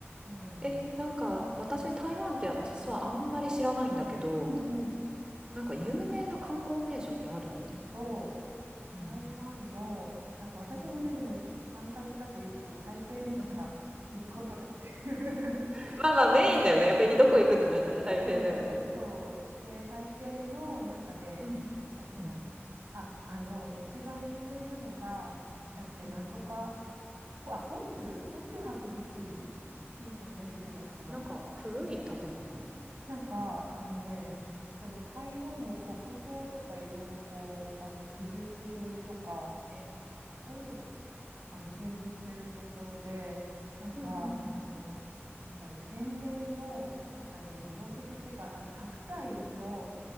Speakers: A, on the right; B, on the right.
A: うなの。
B: え、なんか私台湾って実はあんまり知らないんだけど、
A: うんうん。
B: なんか有名な観光名所ってある
A: えっと、台湾の、
B: うん。
A: なんか私もね、
B: うん。
A: でも3回行ったと言いつつ、台北にしか行ったことなくて。
B: うん。
A: <laughs>
B: <laughs> まあまあメインだよね。やっぱりどこ行くってなったら台北だよね。
A: そうそうそうそう。そうそうそう。で、台北の、なんかね、
B: うん。
A: なんだっけな。
B: うん。
A: あ、あの、一番有名なのが、なんだっけ、
B: うん。
A: なんとか。こ、あ、故宮故宮博物院故宮博物院だったかな
B: へえ。なんか古い建物
A: なんか、あのね、
B: うん。
A: その台湾の国宝とかいろいろこう、あの美術品とか
B: へえ。
A: をあの展示してるところで、
B: うん。
A: なんか、
B: うんうん
A: あの、なんだろう、天然の、なんかね、
B: うん。
A: 宝石っていうか、あの白菜の、